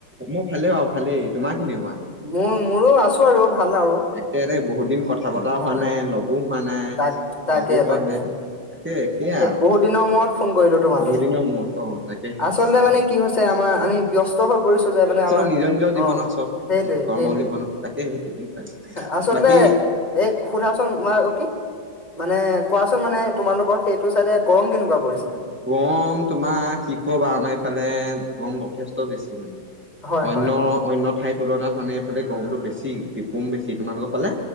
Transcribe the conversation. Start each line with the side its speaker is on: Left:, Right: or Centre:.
Centre: মোৰ ভালেই অ ভালেই, তোমাৰ কেনেকুৱা?
Left: মোৰ মোৰো আছো আৰু ভাল আৰু
Centre: তাকে দে বহুত দিন কথা বতৰা হোৱা
Left: হয়।
Centre: নাই লগো হোৱা নাই
Left: তাক তাকে
Centre: লগো পোৱা
Left: তাকে
Centre: নাই তাকে সেইয়াই আৰু
Left: বহুত দিনৰ মূৰত ফোন কৰিলো তোমালৈ
Centre: বহুত দিনৰ মূৰত অ ব্যস্ত নিজৰ
Left: আচলতে মানে কি হৈছে আমাৰ আমি ব্যস্ত হৈ পৰিছো যে মানে আমাৰ
Centre: নিজৰ জীৱনত
Left: অ
Centre: চব
Left: সেইটোৱে
Centre: কৰ্ম
Left: সেইটোৱে
Centre: জীৱনত তাকে সেই তেনেকুৱাই
Left: আচলতে
Centre: বাকী-
Left: এই সোধাচোন মা অ কি মানে কোৱাচোন মানে তোমালোকৰ সেইটো চাইডে গৰম কেনেকুৱা পৰিছে?
Centre: গৰম তোমাৰ কি কবা আমাৰ এইফালে- গৰম যথেষ্ট বেছি মানে
Left: হয়
Centre: অন্য
Left: হয়।
Centre: অন্য ঠাইত তুলনাত মানে ইফালে গৰমটো বেছি, পিপুম বেছি তোমালোকৰ ফালে